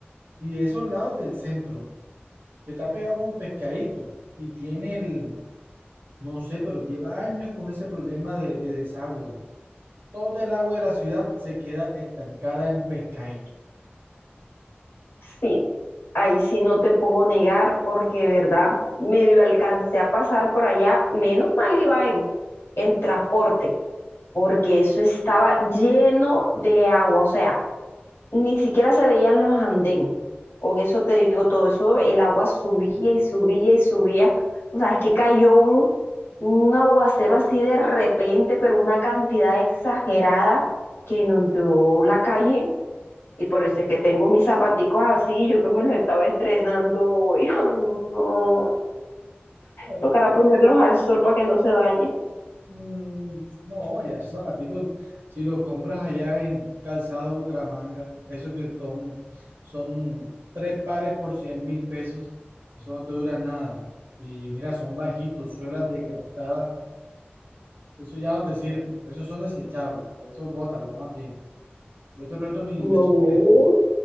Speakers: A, on the right (about 75°); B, on the left (about 85°).
A: Y de esos lados del centro. que está pegado con un pescadito y tiene el, no sé, pero lleva años con ese problema de, de desagüe. Todo el agua de la ciudad se queda estancada en pescadito.
B: Sí, ahí sí no te puedo negar porque de verdad medio alcancé a pasar por allá, menos mal iba en, en transporte porque eso estaba lleno de agua, o sea, ni siquiera se veían los andén. Con eso te digo todo, eso el agua subía y subía y subía. O sea, es que cayó un, un aguacero así de repente, pero una cantidad exagerada que inundó la calle. Y por eso es que tengo mis zapaticos así, yo que me los estaba estrenando hoy. <laughs> Ay, no.
A: Ay,
B: Tocará ponerlos al sol para que no se dañen.
A: mm, no, ya esos zapaticos, si los compras allá en Calzado Bucaramanga, eso que son, son tres pares por cien mil pesos, eso no te dura nada. Y mira, son bajitos, suelas desgastadas, eso ya no te sirve, esos son desechables, eso bótalo más bien. Yo te presto mi-
B: No,
A: mis chancletas.